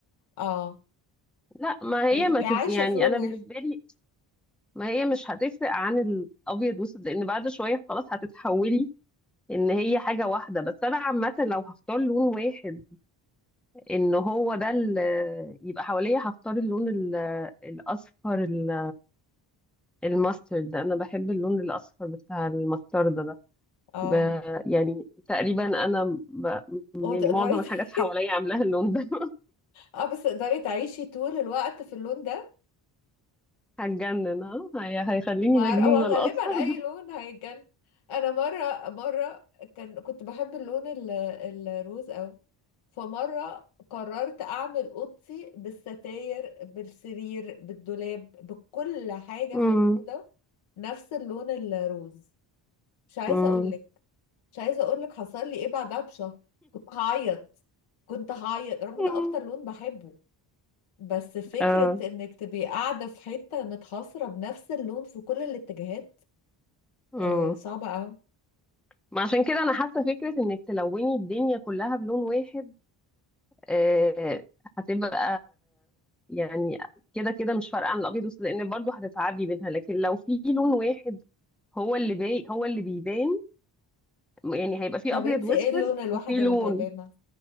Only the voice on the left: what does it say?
اه
يعني
تبقي
عايشة
في لون
واحد
اه
وتقدري
ت-
<laughs>
اه بس تقدري تعيشي طول الوقت في اللون ده
ما
هو غالبا
اي
لون هيتجن انا مرة مرة كان كنت بحب اللون ال- الروز اوي فمرة قررت اعمل اوضتي بالستاير بالسرير بالدولاب بكل حاجة
في الأوضة نفس اللون الروز مش عايزة
اقولك مش عايزه اقول لك حصل لي ايه بعدها بشهر كنت هعيط كنت هعيط رغم
ان اكتر لون بحبه بس فكره
انك تبقي قاعده في حته متحصره بنفس اللون في كل الاتجاهات
آه صعبه قوي
طب
انت
ايه اللون الواحد
اللي هيبان